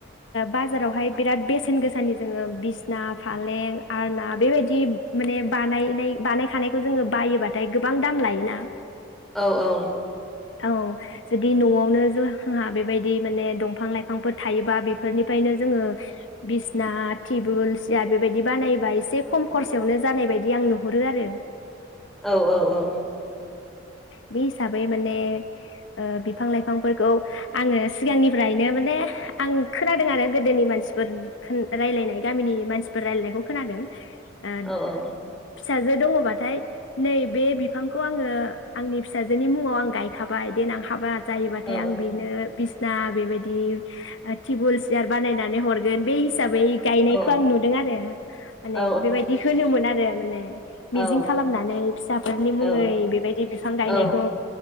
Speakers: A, on the left (about 70°); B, in the centre.
A: बाजारावहाय बिराद बेसेन गोसानि जोङो बिसना फालें आरो ना बेबायदि माने बानायनाय बानायखानायखौ जोङो बायोबाथाय गोबां दाम लायोना
B: औ औ
A: औ जुदि नआवनो जोंहा बेबायदि माने दंफां लाइफांफोर थायोबा बेफोरनिफ्रायनो जोङो बिसना टेबोल सियार बेबायदि बानायो बा एसे खम खरसायावनो जानाय बायदि आं नुहुरो आरो।
B: औ औ औ
A: बे हिसाबै माने ओ बिफां लाइफांफोरखौ आङो सिगांनिफ्रायनो माने आं खोनादों आरो गोदोनि मानसिफोर <unintelligible> रायलायनाय गामिनि मानसिफोर रायलायनायखौ। खोनादों ओ
B: औ औ।
A: फिसाजो दङ'बाथाय नै बे बिफांखौ आङो आंनि फिसाजोनि मुङाव आं गायखाबाय देनां हाबा जायोबाथाय
B: औ
A: आं बेनो बिसना बेबायदि टेबुल सियार बानायनानै हरगोन बे हिसाब बै गायनायखौ
B: औ
A: आं नुदों आरो माने
B: औ
A: बेबायदि होनोमोन आरो आरो माने
B: औ
A: मिजिं खालामनानै फिसाफोरनि मुङै
B: औ
A: बेबायदि बिफां गायनायखौ
B: औ